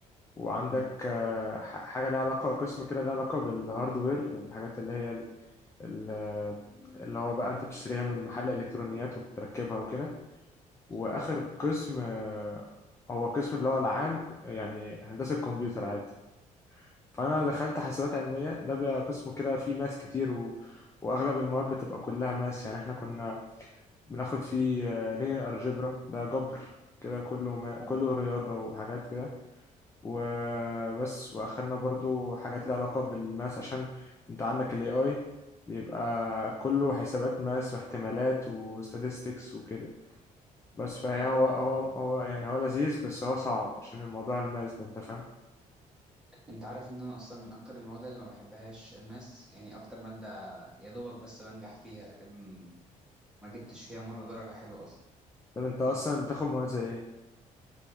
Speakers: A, on the left (about 20°); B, in the centre.
A: وعندك
B: مم.
A: آه، ح- حاجة ليها علاقة قسم كده ليها علاقة بالهاردوير الحاجات اللي هي ال... ال- اللي هو بقى أنت بتشتريها من محل إلكترونيات وبتركبها وكده وآخر
B: ايوه
A: قسم آه، هو قسم اللي هو العام يعني هندسة كمبيوتر عادي فانا دخلت حاسبات علميه ده بقى قسم كده فيه ماس كتير و... واغلب المواد بتبقى كلها ماس يعني احنا كنا بناخد فيه لينير الجبرا ده جبر كده كله ما... كله
B: ايوه
A: رياضه وحاجات كده وبس واخدنا برضو حاجات ليها علاقه بالماس عشان انت عندك الاي اي بيبقى كله حسابات ماس واحتمالات وستاتستكس وكده بس فهي
B: ايوه
A: هو هو هو يعني هو لذيذ بس هو صعب عشان الموضوع الماس ده انت فاهم
B: انت عارف ان انا اصلا من اكتر المواد اللي ما بحبهاش الماس يعني اكتر ماده يا دوبك بس بنجح فيها لكن ما جبتش فيها مره درجه حلوه اصلا
A: طب انت اصلا بتاخد مواد زي ايه